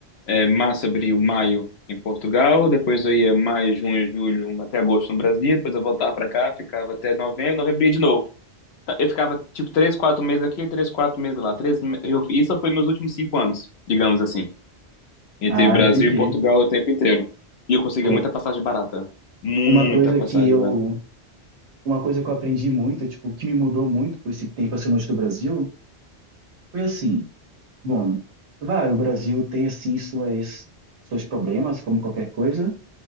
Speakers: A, on the left; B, on the right.
A: é, março, abril, maio em Portugal, depois eu ia maio, junho, julho, até agosto no Brasil, depois eu voltava para cá, ficava até novembro, novembro ia de novo. Tá, Eu ficava tipo três, quatro meses aqui, três, quatro meses lá. Três, me- eu, isso foi meus últimos cinco anos, digamos assim, entre
B: Ah,
A: Brasil
B: entendi.
A: e Portugal o tempo inteiro. E eu conseguia
B: Pô,
A: muita passagem barata, muita
B: uma coisa
A: passagem
B: que eu
A: barata.
B: uma coisa que eu aprendi muito, tipo, que me mudou muito com esse tempo assim longe do Brasil, foi assim, bom, vai, o Brasil tem assim suas seus problemas, como qualquer coisa,